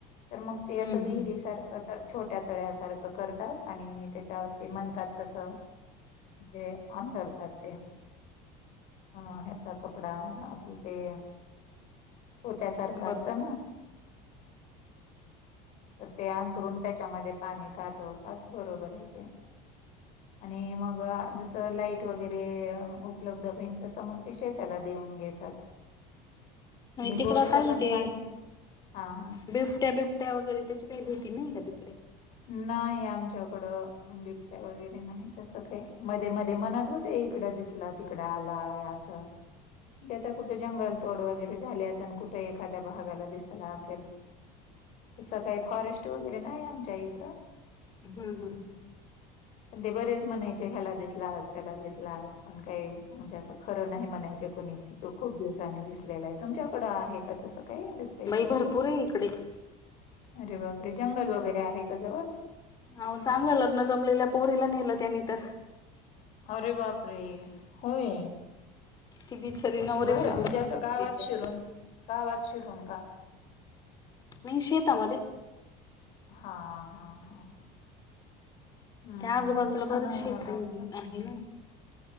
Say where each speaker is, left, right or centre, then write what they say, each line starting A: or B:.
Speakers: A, on the left; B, on the left.
A: तर मग ते
B: हम्म
A: असं विहिरी
B: हम्म
A: सारखं. खरंतर छोट्या तळ्यासारख करतात आणि त्याच्यावरती म्हणतात तस. म्हणजे अंतरतात ते, अ ह्याचा कपडा आपल ते पोत्यासारख
B: बरोबर
A: असत ना. तर ते अंथरून त्याच्यामध्ये पाणी साठवतात बरोबर आहे ते. आणि मग जस लाईट वगैरे उपलब्ध होईल तस मग ते शेताला देऊन घे- -तात आणि
B: तिकडं
A: बोरच
B: काही
A: पण
B: ते
A: पाणी हां हां
B: बिबट्या बिबट्या वगैरे त्याची काही भीती नाही का तिकडे?
A: नाही आमच्याकड बिबट्या वगैरे नाही तस काही. मध्ये मध्ये म्हणत होते इकड दिसला तिकड आलाय अस. ते आता कुठे जंगल तोड वगैरे झाले असेल आणि कुठे एखाद्या भागाला दिसल असेल तस काही फॉरेस्ट वगैरे नाही आमच्या इथ.
B: हम्म हम् हम्
A: ते बरेच म्हणायचे ह्याला दिसला आज त्याला दिसला आज पण काही म्हणजे अस. खर नाही म्हणायचे कुणी त खूप दिवसांनी दिसलेलाय. तुमच्याकड आहे का तस काही? ट्याची
B: बाई
A: भीती
B: भरपूर आहे इकडे
A: अरे बापरे जंगल वगैरे आहे का जवळ?
B: हो चांगलं लग्न जमलेल्या पोरीला नेलं त्यानी तर.
A: अरे बापरे होय.
B: ती बिचारी नवऱ्याशी
A: बर
B: बोलत
A: म्हणजे असं
B: होती
A: गावात
B: तिच्या
A: शिरून गावात शिरून का??
B: नाही शेेतामध्ये
A: हां हां हां.... हं,
B: त्या आजूबाजूला
A: तसं
B: बरच
A: नाही
B: शेप
A: मग
B: आहे
A: आमच्याकडे.
B: ना.